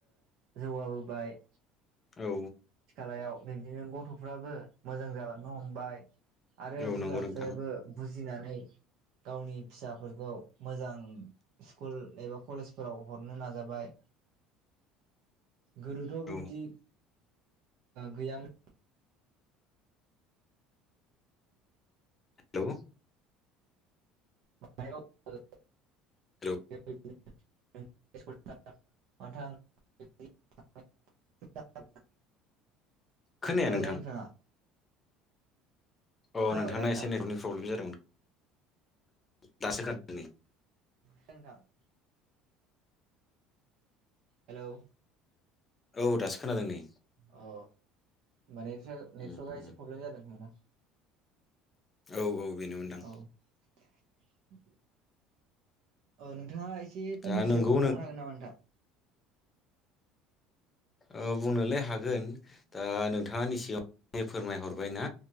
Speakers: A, on the right; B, on the left.
A: जौगाबोबाय।
B: औ।
A: लायाव बिदिनो गथ'फ्राबो मोजां जालांनो हमबाय। आरो
B: औ
A: बिमा
B: नंगौ नोंथां
A: बिफायाबो बुजिनानै गावनि फिसाफोरखौ मोजां स्कुल एबा कलेजफोराव हरनो नाजाबाय। गोदोथ' बिबदि
B: औ
A: गैयामोन।
B: हेल'
A: म <unintelligible>
B: हेलौ
A: थ <unintelligible>
B: खोनाया
A: खोनादोंना
B: नोंथां
A: नोंथाङा?
B: अ
A: खोनाबायना
B: नोंथांना
A: नोंथां
B: एसे नेटनि एसे प्रब्लेम जादोंमोन। दासो खोनादों‌ नै।
A: सोंथां। हेलौ
B: औ दासो खोनादों नै।
A: अ माने नेट्रका
B: उम
A: एसे प्रब्लेम जादों खोमादां।
B: औ औ बेनोमोनदां।
A: औ <unintelligible> ओ नोंथाङा एसे फंनैसो
B: दा नोंगौ
A: बुंबावनो हागोन नामा नोंथां?
B: ओ बुंनोलाय हागोन दा नोंथाङानि सिगाङाव फोरमाय हरबायना